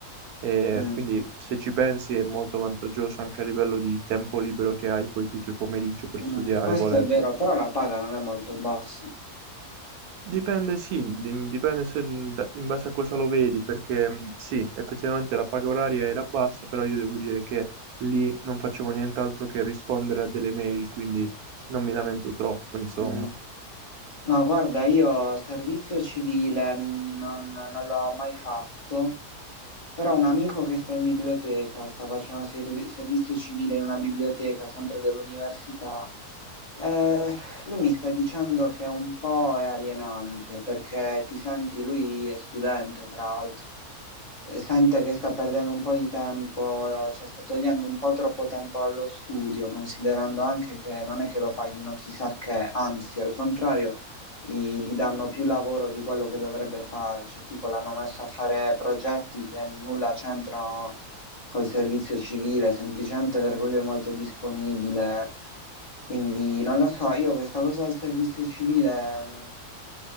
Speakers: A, on the right; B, on the left.
A: E
B: Mm,
A: quindi se ci pensi è molto vantaggioso anche a livello di tempo libero che hai poi tutto il pomeriggio per
B: mm,
A: studiare,
B: Questo
A: volendo.
B: è vero, però la paga non è molto bassa.
A: Dipende, sì, di- dipende se- da- in base a cosa lo vedi, perché mh, sì, effettivamente la paga oraria era bassa, però io devo dire che lì non facevo nient'altro che rispondere a delle mail, quindi non mi lamento troppo, insomma.
B: Mm. No, guarda, io servizio civile non, non l'ho mai fatto, però un amico che sta in biblioteca, sta facendo servi- servizio civile in una biblioteca, sempre dell'università, eh, lui mi sta dicendo che un po' è alienante, perché ti senti, lui è studente, tra l'altro, eh, sente che sta perdendo un po' di tempo, cioè sta togliendo un po' troppo tempo allo studio, considerando anche che non è che lo paghino chissà che, anzi, al contrario gli, gli danno più lavoro di quello che dovrebbe fare, cioè tipo l'hanno messo a fare progetti che nulla c'entrano col servizio civile, semplicemente perché lui è molto disponibile. Quindi non lo so, io questa cosa del servizio civile mh,